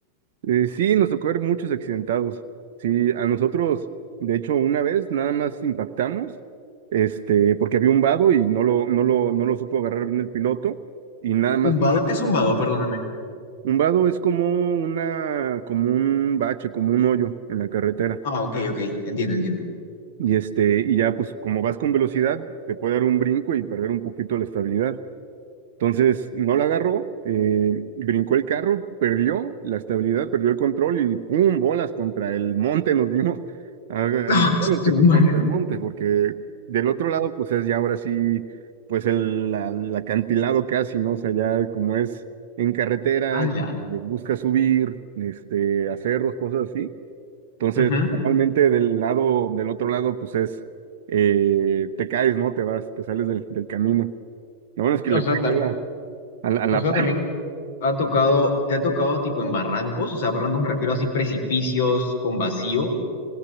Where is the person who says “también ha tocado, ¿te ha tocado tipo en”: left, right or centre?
Left